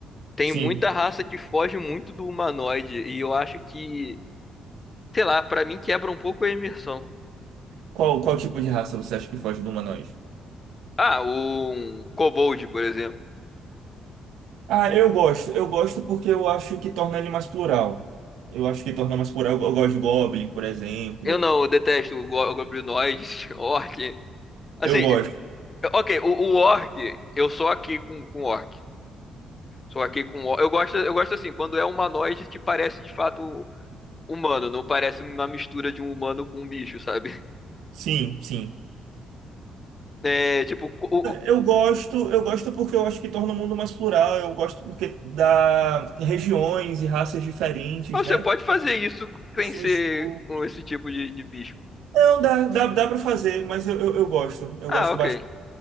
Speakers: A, on the left; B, on the right.
A: tem
B: Sim.
A: muita raça que foge muito do humanoide e eu acho que, sei lá, pra mim quebra um pouco a imersão.
B: Qual, qual tipo de raça você acha que foge do humanoide?
A: Ah, um kobold, por exemplo.
B: Ah, eu gosto. Eu gosto porque eu acho que torna ele mais plural. Eu acho que torna mais plural. Eu gosto de Goblin, por exemplo.
A: Eu não, eu detesto go- goblinoides, <laughs> orc. Assim,
B: Eu gosto.
A: Ok, o, o orc, eu sou aqui com, com orc. Sou aqui com orc. Eu gosto, eu gosto assim, quando é um humanoide que parece de fato humano, não parece uma mistura de um humano com um bicho, sabe? <laughs>
B: Sim, sim.
A: É, tipo, o- o-
B: Eu gosto, eu gosto porque eu acho que torna o mundo mais plural, eu gosto porque dá regiões e raças diferentes,
A: mas
B: né?
A: você pode fazer isso sem
B: Você
A: ser
B: mistura.
A: com esse tipo de, de bicho.
B: Não, dá, dá, dá pra fazer, mas eu, eu, eu gosto, eu
A: Ah,
B: gosto
A: ok.
B: bastante.